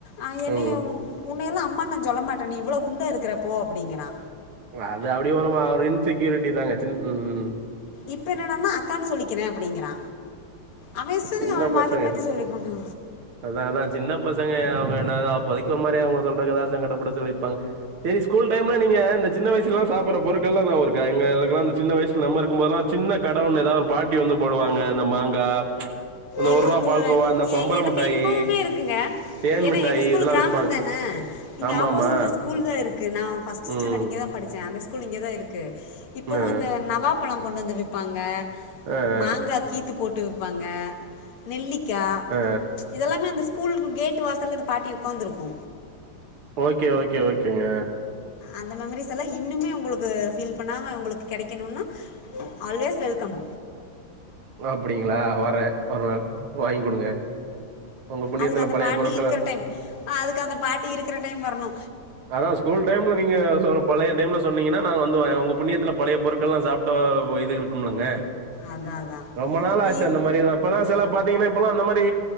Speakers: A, on the left; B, on the right.
A: அ என்னைய
B: ம்
A: உன்னையல்லா அம்மா நா சொல்ல மாட்டே நீ இவ்ளோ குண்டா இருக்கிறப் போ அப்டிங்கிறா
B: அது அப்டியே ஓரமா‌ ஒரு இன்செக்யூரிட்டி தாங்க வச்சு ம்
A: இப்ப என்னடான்னா அக்கான்னு சொல்லிக்கிற அப்டிங்கிறா அவேன் இஷ்டத்துக்கு
B: சின்ன
A: அவன்
B: பசங்க
A: மாத்தி மாத்தி சொல்லிப்பனா
B: அதா அதா சின்ன பசங்க அவுங்க என்னாக்கா படிக்குற மாரி அவுங்க சொல்ற <unintelligible> சொல்லியிருப்பாங்க சேரி ஸ்கூல் டைம்ல நீங்க இந்த சின்ன வயசுலலா சாப்பட்ற பொருட்கள்லா நியாபகம் இருக்கா எங்களுக்களா சின்ன வயசுல நம்ம இருக்கும்போதெல்லா சின்ன கடவோன்னு ஏதாவது ஒரு பாட்டி வந்து போடுவாங்க இந்த மாங்கா இந்த
A: எங்க
B: ஒரு ரூபா
A: ஸ்கூல்ல
B: பால்கோவா அந்த பம்பர
A: எ எனக்கு
B: மிட்டாயி
A: இப்பவுமே இருக்குங்க
B: தேன்
A: ஏன்னா
B: மிட்டாயி
A: எங்க ஸ்கூல்
B: இதெல்லா
A: கிராமம்
B: விப்பாங்க
A: தானே இங்க
B: ஆமா
A: ஆப்போசிட்ல
B: ஆமா
A: ஸ்கூல் தா இருக் கு நா ஃபஸ்ட்டு ஸ்டாண்டட்
B: ம்
A: இங்க தா படிச்சே அந்த ஸ்கூல் இங்க தா இருக்கு இப்பவு
B: ஆ
A: இந்த நவாப் பலோ கொண்டு வந்து விப்பாங்க
B: ஆ
A: மாங்கா கீத்து போட்டு விப்பாங்க நெல்லிக்கா
B: ஆ
A: இதெல்லாமே அந்த ஸ் கூலுக்கு கேட்டு வாசல இந்த பாட்டி உட்காந்துருக்கு
B: ஓகே ஓகே ஓகேங்க
A: அந்த மெமரிஸ் எல்லா இன்னுமே உங்களுக்கு ஃபீல் பண்ணாம உங்களுக்கு கெடைக்கணுன்னா ஆல்வேஸ் வெல்கம்
B: அப்டிங்ளா வரே ஒரு நாள் வாங்கி குடுங்க உங்க புண்ணியத்துல
A: அதுக்கு அந்த
B: பழைய
A: பாட்டி
B: பொருட்கள
A: இருக்குற டைம் அதுக்கு அந்த பாட்டி இருக்கிற டைம் வர்ணு
B: அதா ஸ்கூல் டைம்ல நீங்க சொல்ற பழைய டைம்ல சொன்னீங்கன்னா நாங்க வந்து உங்க புண்ணியத்துல பழைய பொருட்கள்லா சாப்ட்ட இது இருக்கும்முல்லங்க
A: அதான் அதான்
B: ரொம்ப நாள் ஆச்சு
A: இ-
B: அந்த மாரில்லா இப்பல்லா <inaudible> பாத்தீங்கன்னா மாரி